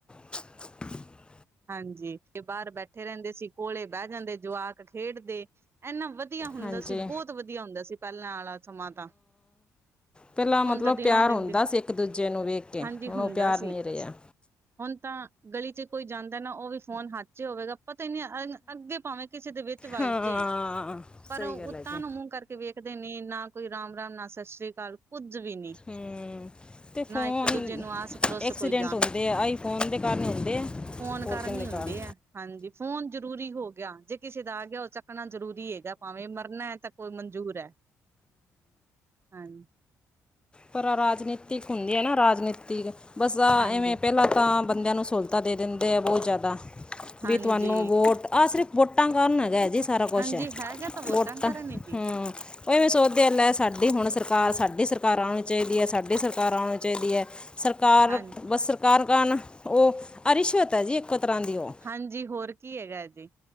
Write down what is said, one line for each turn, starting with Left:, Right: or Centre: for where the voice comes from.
Left: <unintelligible>
Right: ਹਾਂਜੀ ਤੇ ਬਾਰ ਬੈਠੇ ਰੈਂਦੇ ਸੀ ਕੋਲੇ ਬੈ ਜਾਦੇ ਜਵਾਕ ਖੇਡਦੇ। ਏਨਾ ਵਧੀਆ ਹੁੰਦਾ
Left: ਹਾਂਜੀ
Right: ਸੀ ਬੋਤ ਵਧੀਆ ਹੁੰਦਾ ਸੀ ਪੈਲਾ ਆਲਾ ਜਨਾਮਾ ਤਾਂ
Left: ਪੈਲਾ ਮਤਲਬ
Right: ਹੁਣ ਤਾਂ ਦਿਨੋ
Left: ਪਿਆਰ
Right: ਦਿਨ
Left: ਹੁੰਦਾ
Right: ਦਿਨ
Left: ਸੀ ਏਕ-ਦੂਜੇ ਨੂੰ ਵੇਖ ਕੇ
Right: ਹਾਂਜੀ
Left: ਹੁਣ
Right: ਹੁੰਦਾ
Left: ਓ ਪਿਆਰ
Right: ਸੀ
Left: ਨੀ ਰਿਆ।
Right: ਹੁਣ ਤਾਂ ਗਲੀ 'ਚ ਕੋਈ ਜਾਂਦਾ ਨਾ ਓਵੀ ਫੋਨ ਹੱਥ ਚ ਹੋਵੇਗਾ‌ ਪਤਾ ਈ ਨੀ ਅੱਗੇ ਪਾਵੇਂ ਕਿਸੇ ਦੇ ਵਿੱਚ ਵੱਜ
Left: ਹਾਂ
Right: ਜਾਵੇ ਪਰ
Left: ਸਹੀ
Right: ਓਤਾਂ
Left: ਗੱਲ ਹੈ ਜੀ
Right: ਨੂੰ ਮੂੰਹ ਕਰਕੇ ਵੇਖਦੇ ਨੇ ਕੋਈ ਰਾਮ- ਰਾਮ ਨਾ ਸਤਿ ਸ੍ਰੀ ਅਕਾਲ ਕੁੱਝ ਵੀ ਨੀ।
Left: ਹੂੰ। ਤੇ ਫ਼ੋਨ
Right: ਨਾ ਇੱਕ ਦੂਜੇ ਨੂੰ ਆਸ ਪੜੋਸ
Left: ਐਕਸੀਡੈਂਟ
Right: ਕੋਈ
Left: ਹੁੰਦੇ ਆ, ਆਈਫੋਨ ਦੇ ਕਾਰਨ ਹੁੰਦੇ ਆ।
Right: ਫ਼ੋਨ
Left: ਹੋਰ
Right: ਕਰਨ
Left: ਕਿੰਦੇ
Right: ਹੀ ਹੁੰਦੇ
Left: ਕਾਰਨ
Right: ਆ, ਹਾਂਜੀ ਫ਼ੋਨ ਜ਼ਰੂਰੀ ਹੋ ਗਿਆ ਜੇ ਕਿਸੇ ਦਾ ਆ ਗਿਆ ਉਹ ਚ ਚੱਕਣਾ ਜ਼ਰੂਰੀ ਹੈਗਾ ਭਾਵੇ ਮਰਨਾ ਐ ਤਾਂ ਕੋਈ ਮਨਜ਼ੂਰ ਐ। ਹਾਂ
Left: ਪਰ ਰਾਜਨੀਤਿਕ ਹੁੰਦੀ ਐ ਨਾ ਰਾਜਨੀਤਿਕ, ਬਸ ਐਵੇਂ
Right: ਹਾਂਜੀ
Left: ਪਹਿਲਾ ਤਾਂ ਬੰਦਿਆਂ ਨੂੰ ਸਹੂਲਤਾਂ ਦੇ ਦਿੰਦੇ ਆ ਬਹੁਤ ਜ਼ਿਆਦਾ
Right: ਹਾਂਜੀ
Left: ਵੀ ਤੁਹਾਨੂੰ ਵੋਟ ਆਹ ਸਿਰਫ ਵੋਟਾਂ ਕਾਰਨ ਹੈਗਾ ਜੀ ਸਾਰਾ ਕੁਸ਼,
Right: ਹਾਂਜੀ ਹੈਗਾ ਤਾਂ ਵੋਟਾਂ
Left: ਵੋਟਾ
Right: ਕਾਰਨ ਹੀ ਜੀ
Left: ਹੂੰ ਉਹ ਐਵੇਂ ਸੋਚਦੇ ਆ ਲੈ ਸਾਡੀ ਹੁਣ ਸਰਕਾਰ ਸਾਡੀ ਸਰਕਾਰ ਆਉਣੀ ਚਾਹੀਦੀ ਐ, ਸਾਡੀ ਸਰਕਾਰ ਆਉਣੀ ਚਾਹੀਦੀ ਐ। ਸਰਕਾਰ
Right: ਹਾਂ
Left: ਬਸ ਸਰਕਾਰ ਕਾਰਨ ਉਹ ਰਿਸ਼ਵਤ ਆ ਜੀ ਇਕ ਤਰ੍ਹਾਂ ਦੀ ਓ।
Right: ਹਾਂਜੀ ਹੋਰ ਕੀ ਹੈਗਾ ਜੀ।